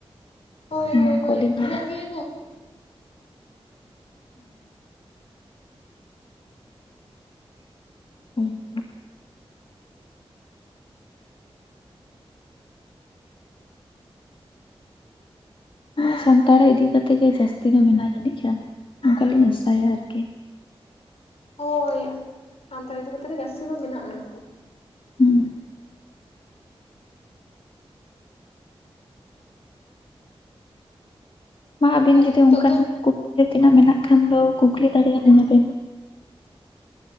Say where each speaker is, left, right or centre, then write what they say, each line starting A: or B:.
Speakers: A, on the left; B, on the left.
A: ᱦᱳᱭ
B: ᱚᱱᱟ
A: ᱦᱳᱭ ᱦᱳᱭ
B: ᱠᱚᱞᱤᱧ
A: ᱢᱮᱱᱟᱜ
B: ᱚ
A: ᱜᱮᱭᱟ ᱠᱚ
B: ᱦᱮᱸ <unintelligible> ᱦᱮᱻ ᱥᱟᱱᱛᱟᱲᱟᱜ ᱤᱫᱤ ᱠᱟᱛᱮ ᱜᱮ ᱡᱟᱹᱥᱛᱤ ᱫᱚ ᱢᱮᱱᱟᱭᱟ ᱡᱟᱹᱱᱤᱡ ᱠᱷᱟᱱ ᱚᱱᱠᱟ ᱞᱤᱧ ᱟᱥᱟᱭᱟ ᱟᱨᱠᱤ
A: ᱦᱳᱭ ᱥᱟᱱᱛᱟᱲ ᱤᱫᱤ ᱠᱟᱛᱮᱫ ᱜᱮ ᱡᱟᱹᱥᱛᱤ ᱫᱚ ᱢᱮᱱᱟᱜᱼᱟ
B: ᱦᱩᱸ ᱢᱟ ᱟᱹᱵᱤᱱ
A: ᱛᱟᱦᱚᱞᱮ
B: ᱡᱩᱫᱤ
A: ᱦᱤᱛᱚᱜ
B: ᱚᱱᱠᱟᱱ
A: ᱫᱚ
B: ᱠᱩᱠᱞᱤ ᱛᱮᱱᱟᱜ ᱢᱮᱱᱟᱜ ᱠᱷᱟᱱ ᱫᱚ ᱠᱩᱠᱞᱤ ᱫᱟᱲᱮᱭᱟᱞᱤᱧᱟ ᱵᱮᱱ